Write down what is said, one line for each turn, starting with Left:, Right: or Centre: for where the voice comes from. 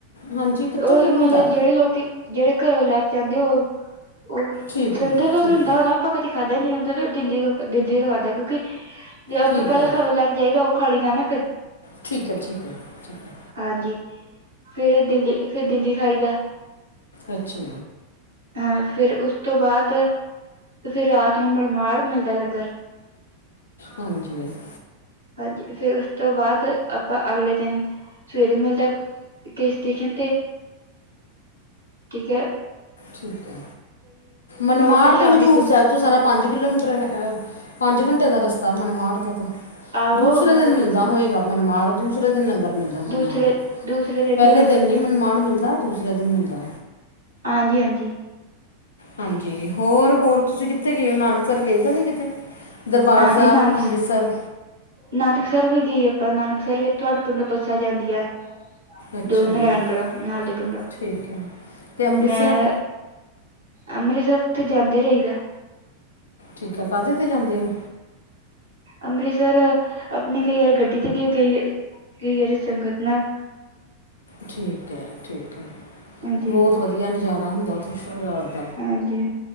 Left: ਹਾਂਜੀ ਕਿੱਥੋਂ
Right: ਓਹ
Left: ਸ਼ੁਰੂ
Right: ਮਤਲਬ
Left: ਹੁੰਦਾ
Right: ਜਿਹੜੇ ਲੋਕੀ ਜਿਹੜੇ ਘਰੋਂ ਲੈ ਕੇ ਆਨ ਦੇ ਓਹ ਓਹ
Left: ਠੀਕ
Right: ਜਲੰਧਰ
Left: ਹੈ
Right: ਤੋਂ ਵੀ
Left: ਠੀਕ
Right: ਹੁੰਦਾ
Left: ਹੈ
Right: ਹੋਣਾ। ਆਪਾਂ ਕਦੀ ਖਾਧਾ ਜ ਅੰਦਰ ਓਹ ਦਿੱਲੀ ਤੋਂ ਦਿੱਲੀ ਤੋਂ ਖਾਧਾ ਕਿਉਂਕਿ ਜੇ ਆਪਾਂ
Left: ਠੀਕ
Right: ਪਹਿਲਾਂ
Left: ਹੈ
Right: ਘਰੋਂ ਲੈ ਕੇ ਜਾਈਦਾ ਓਹ ਖਾਲੀ ਦਾ ਨਾ ਫ਼ਿਰ।
Left: ਠੀਕ ਐ ਠੀਕ ਐ ਠੀਕ ਐ।
Right: ਹਾਂਜੀ ਫੇਰ ਦਿੱਲੀ ਫਿਰ ਦਿੱਲੀ ਖਾਈਦਾ।
Left: ਅੱਛਾ।
Right: ਹਾਂ ਫਿਰ ਉਸ ਤੋਂ ਬਾਅਦ ਫਿਰ ਰਾਤ ਨੂੰ ਮਨਮਾੜ ਮਿਲਦਾ ਲੰਗਰ। ਹਾਂ
Left: ਹਾਂਜੀ ਬਸ।
Right: ਹਾਂਜੀ ਫਿਰ ਉਸ ਤੋਂ ਬਾਅਦ ਆਪਾਂ ਅਗਲੇ ਦਿਨ ਸਵੇਰੇ ਮਿਲਦਾ। ਕੇ ਸਟੇਸ਼ਨ ਤੇ ਠੀਕ ਐ।
Left: ਠੀਕ ਐ ਮਨਮਾੜ
Right: ਉੱਥੇ ਸ਼ਾਮੀ
Left: ਤੇ ਹਜ਼ੂਰ
Right: ਪੁੱਜ
Left: ਸਾਹਿਬ ਤੋਂ ਸਾਰਾ ਪੰਜ ਕਿਲੋਮੀਟਰ ਪੰਜ ਘੰਟੇ ਦਾ ਰਸਤਾ ਮੰਮਾੜ ਤੋਂ ਤੋਂ।
Right: ਆਹੋ
Left: ਦੂਸਰੇ
Right: ਮਤਲਬ
Left: ਦਿਨ ਮਿਲਦਾ ਹੋਏਗਾ ਮਨਮਾੜ ਦੂਸਰੇ ਦਿਨ ਲੰਗਰ ਮਿਲਦਾ ਮਨਮਾੜ।
Right: ਦੂਸਰੇ ਦੂਸਰੇ
Left: ਪਹਿਲੇ
Right: ਦੀ ਗੱਲ
Left: ਦਿਨ
Right: ਕਰਨੀ
Left: ਨਹੀਂ ਮਨਮਾੜ ਮਿਲਦਾ ਦੂਸਰੇ ਦਿਨ ਮਿਲਦਾ।
Right: ਹਾਂਜੀ ਹਾਂਜੀ।
Left: ਹਾਂਜੀ ਹੋਰ ਹੋਰ ਤੁਸੀਂ ਕਿੱਥੇ ਗਏ ਹੋ ਨਾਲ <unintelligible> ਗਏ ਤਾ ਨੀ ਕਿਤੇ ਦਰਬਾਰ
Right: ਹਾਂਜੀ
Left: ਸਾਹਿਬ
Right: ਨਾਨਕ
Left: ਅੰਮ੍ਰਿਤਸਰ।
Right: ਨਾਨਕਸਰ ਵੀ ਗਏ ਆਪਾਂ ਨਾਨਕਸਰ ਤੁਹਾਡੇ ਪਿੰਡੋਂ ਬੱਸਾਂ ਜਾਂਦੀਆ ਏ।
Left: ਅੱਛਾ
Right: ਦੋ ਨਰੇਨਗੜੋ
Left: ਤੇ
Right: ਨਾਲ ਦੇ ਪਿੰਡੋ
Left: ਠੀਕ ਹੈ ਤੇ ਅੰਮ੍ਰਿਤਸਰ
Right: ਮੈਂ ਅੰਮ੍ਰਿਤਸਰ ਤੇ ਜਾਂਦੇ ਰਹੀਦਾ।
Left: ਠੀਕ ਐ। ਕਾਹਦੇ ਤੇ ਜਾਂਦੇ ਹੋ?
Right: ਅੰਮ੍ਰਿਤਸਰ ਆਪਣੀ ਕਈ ਵਾਰ ਗੱਡੀ ਤੇ ਗਈ ਵਾਰ ਕਈ ਸੰਗਤ ਨਾਲ।
Left: ਠੀਕ ਐ ਠੀਕ ਐ
Right: ਹਾਂਜੀ
Left: ਬਹੁਤ ਵਧੀਆ ਨਜ਼ਾਰਾ ਹੁੰਦਾ ਉੱਥੇ ਰਾਤ
Right: ਹਾਂਜੀ